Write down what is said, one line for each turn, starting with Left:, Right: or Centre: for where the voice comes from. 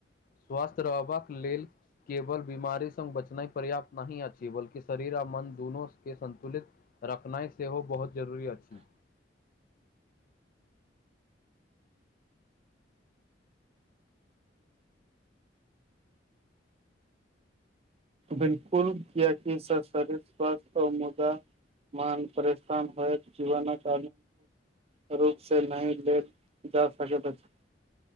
Left: स्वास्थय रहबाक लेल केवल बीमारी स बचना नहि पर्याप्त नहि अछि बल्कि शरीर आ मन दुनू के संन्तुलित रखनाइ से सेहो बहुत जरूरी अछि
Right: बिलकुल कियाकि सब शरीर स्वस्थ मुदा मान परेशान होइ जीवनक रूप से नहि लेल जा सकैत अछि